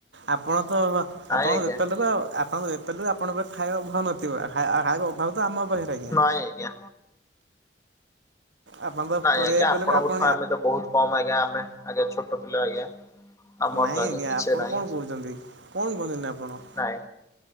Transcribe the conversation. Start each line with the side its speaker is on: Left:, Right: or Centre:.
Right: ଆପଣ ତ
Left: ନାଇଁ
Right: ଆପଣ
Left: ଆଜ୍ଞା
Right: <unintelligible> ଆପଣଙ୍କ ଯେତେବେଳେ ଆପଣଙ୍କ ଖାଇବା ଅଭାବ ନଥିବ ଖାଇବା ଅଭାବ ତ ଆମ ପାଖରେ ଆଜ୍ଞା।
Left: ନାଇଁ ଆଜ୍ଞା।
Right: ଆପଣ ତ
Left: ନାଇଁ
Right: ପରିବା
Left: ଆଜ୍ଞା
Right: ବେପାର
Left: ଆପଣଙ୍କଠୁ
Right: ଲୋକ ଆପଣ
Left: ଆମେ ତ ବହୁତ କମ ଆଜ୍ଞା ଆମେ ଆଜ୍ଞା ଛୋଟ ପିଲା ଆଜ୍ଞା। ଆମର
Right: ନାଇଁ
Left: ତ
Right: ଆଜ୍ଞା
Left: କିଛି
Right: ଆପଣ
Left: ନାହିଁ
Right: କଣ କହୁଚନ୍ତି କଣ କୁହତନ୍ତି ଆପଣ
Left: ନାଇଁ